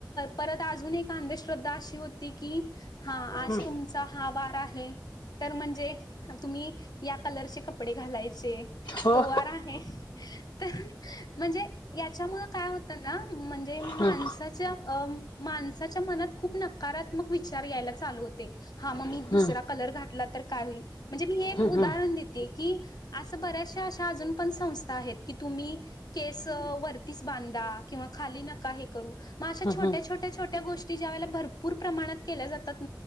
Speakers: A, on the left (about 70°); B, on the left (about 85°).
A: परत अजून एक अंधश्रद्धा अशी होती की हा आज
B: हं
A: तुमचा हा वार आहे तर म्हणजे तुम्ही या कलरचे कपडे घालायचे
B: हो
A: तोवार आहे तर म्हणजे याच्यामु काय होतं ना म्हणजे माणसाच्या
B: हं
A: अ माणसाच्या मनात खूप नकारात्मक विचार यायला चालू होते हा मग मी
B: हं
A: दुसरा कलर घातला तर काय होईल म्हणजे मी हे एक
B: हं
A: उदाहरण
B: हं
A: देते की असं ब श अ पण संथा आहेत की तुम्ही केस वरतीच बांधा किंवा खाली न ग अश
B: हं
A: छो्या
B: हं
A: छो्या छ्या गोी ज्या भरपूर प्रणातल्या जातात